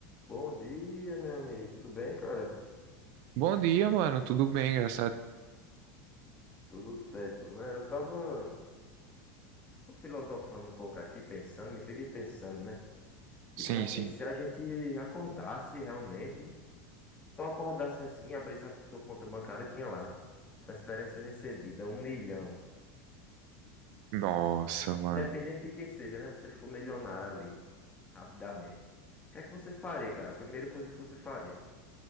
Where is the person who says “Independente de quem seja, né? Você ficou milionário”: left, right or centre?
Left